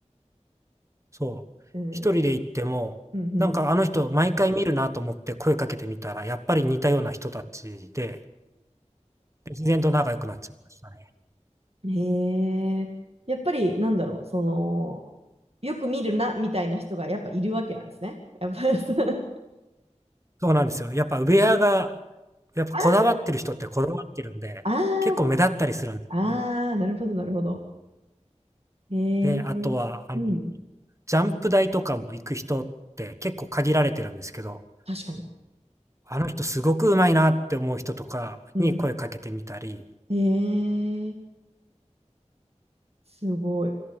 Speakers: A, on the right (about 25°); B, on the right (about 55°).
A: そう、
B: うん、
A: 一人で行っても、
B: うん、うん。
A: なんかあの人毎回見るなと思って声かけてみたら、やっぱり似たような人たちで、で自然と仲良くなっちゃいましたね。
B: へえ。やっぱり、なんだろう、その、よく見るな、みたいな人がやっぱいるわけなんですね。やっぱ、そう。
A: そうなんですよ。やっぱウェアがやっぱこだわってる人ってこだわってるんで、
B: ああ、
A: 結構目立ったりするんですよね。
B: あーそっかあー、なるほど、なるほど。へえ。
A: で、あとは、あの、
B: うん。
A: ジャンプ台とかも行く人って結構限られてるんですけど、
B: 確かに。
A: あの人すごくうまいなって思う人とかに声かけてみたり
B: うん。へえ。すごい。